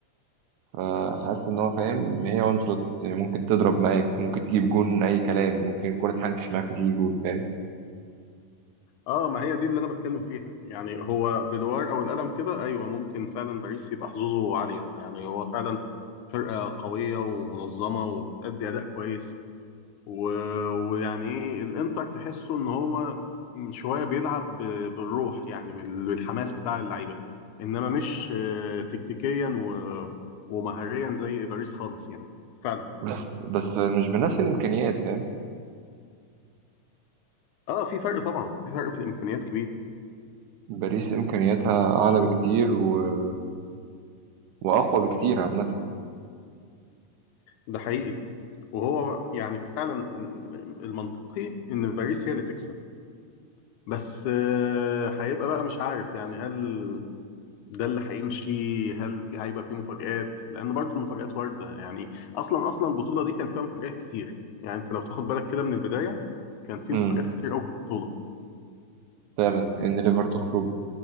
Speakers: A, on the right; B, on the left.
A: فحاسس إن هو فاهم إن هي وان شوت ممكن تضرب معاك ممكن تجيب جون أي كلام ممكن الكورة تحنكش معاك وتيجي جون فاهم
B: اه ما هي دي اللي انا بتكلم فيها يعني هو بالورقه او القلم كده ايوه ممكن فعلا باريس يبقى حظوظه عاليه يعني هو فعلا فرقه قويه ومنظمه وبتأدي اداء كويس و... ويعني ايه الانتر تحسه ان هو شويه بيلعب ب... بالروح يعني بال... بالحماس بتاع اللعيبه انما مش آه، تكتيكيا و... ومهاريا زي باريس خالص يعني فعلا
A: بس بس مش بنفس الإمكانيات فاهم
B: اه في فرق طبعا في فرق في الامكانيات كبير
A: باريس إمكانياتها أعلى بكتير و... وأقوى بكتير عامة
B: ده حقيقي وهو يعني فعلا المنطقي ان باريس هي اللي تكسب بس آه، هيبقى بقى مش عارف يعني هل ده اللي هيمشي هل في هيبقى في مفاجآت لان برضو المفاجآت واردة يعني اصلا اصلا البطولة دي كان فيها مفاجآت كتير يعني انت لو تاخد بالك كده من البداية كان في
A: أمم،
B: مفاجآت كتير قوي في البطولة
A: فعلا إن ليفر تخرج